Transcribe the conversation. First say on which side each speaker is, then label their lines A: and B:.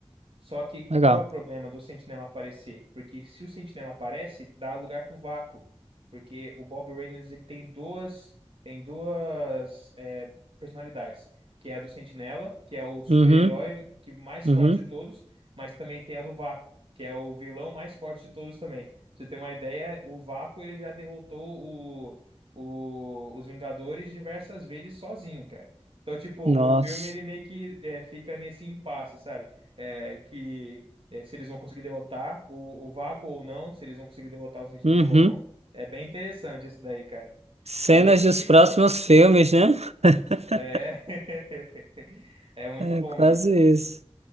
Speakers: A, on the right (about 60°); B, on the right (about 85°).
A: Só que
B: Legal.
A: qual é o problema do Sentinela aparecer? Porque se o Sentinela aparece, dá lugar pro vácuo. Porque o Bob Reynolds ele tem duas, tem duas é, personalidades. Que é a do Sentinela, que é o super-herói
B: Uhum,
A: que mais
B: uhum.
A: forte de todos, mas também tem a do Vácuo, que é o vilão mais forte de todos também. Pra você ter uma ideia, o Vácuo ele já derrotou o, o- os Vingadores diversas vezes sozinho, cara. Então, tipo,
B: Nossa.
A: o filme ele meio que é, fica nesse impasse, sabe? é, que é, se eles vão conseguir derrotar o, o Vácuo ou não, se eles vão conseguir derrotar o Sentinela
B: Uhum.
A: ou não. É bem interessante isso daí, cara.
B: Cenas
A: Mas eu te
B: dos
A: indico
B: próximos
A: assistir, sim.
B: filmes, né? <laughs>
A: É, <laughs> é muito
B: É
A: bom,
B: quase
A: mano.
B: isso.